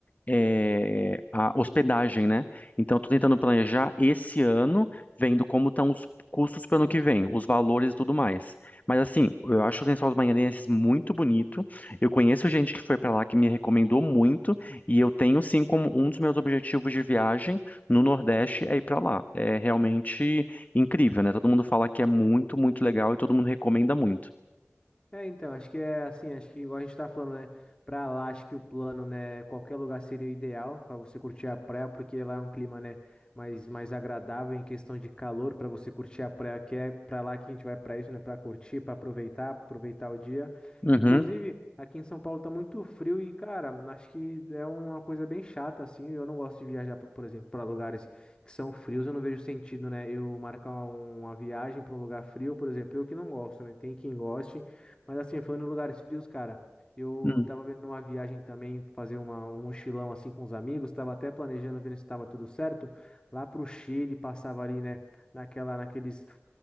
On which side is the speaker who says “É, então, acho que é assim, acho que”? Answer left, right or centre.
Left